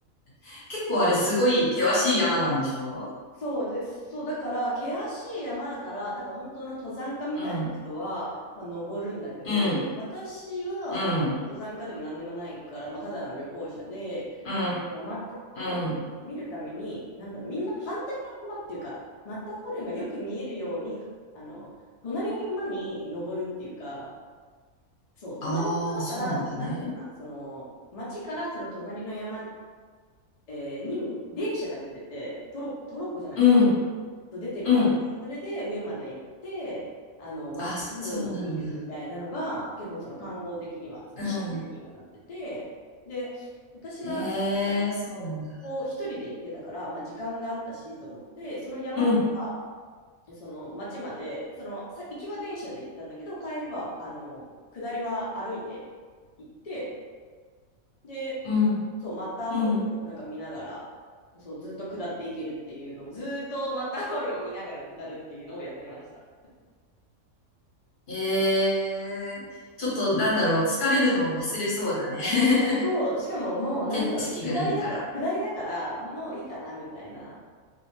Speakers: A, on the left (about 45°); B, on the left (about 65°).
A: <laughs> 結構あれすごい険しい山なんでしょ
B: そうで、そう、だから、険しい山だから、多分本当の登山家みたいな人は、
A: うん、
B: まあ、登るんだけど、
A: うん、
B: 私は登山家でも何でもないから、
A: うん、
B: まあ、ただの旅行者で、
A: うん、
B: こうマッターホルンを見るために、
A: うん。
B: なんだろう、みんな反対の山っていうか、マッターホルンがよく見えるように、あの、隣の山に登るっていうか、そう、隣の山から、
A: ああ、そうなんだね。
B: しかもなんていうのかな、その、町からその隣の山、えーに電車が出てて、トロッコ、トロッコじゃないな、
A: うん、
B: と出てるから、
A: うん。
B: それで上まで行って、あの、マッターホルンを見るみたいなのが、
A: あ、そうなんだ。
B: 結構その観光的には、その支流にはなってて、
A: うん。
B: で、私は、
A: ええ、
B: なんだろう、
A: そうなんだ。
B: こう一人で行ってたから、まあ時間があったしと思って、その山から
A: うん、
B: その町まで、その行きは電車で行ったんだけど、帰りは、あの、下りは歩いて行って、で、
A: うん、
B: そう、マッターホルンをなんか見ながら、
A: うん。
B: そう、ずっと下っていけるっていうのを、ずーっとマッターホルンを見ながら下るっていうのをやってました。
A: ええちょっとなんだろう、疲れるのを忘れそうだね。<laughs>
B: そう、しかももうなんだろう、
A: 景色がいいから。
B: 下りだか、下りだから、もういいかなみたいな。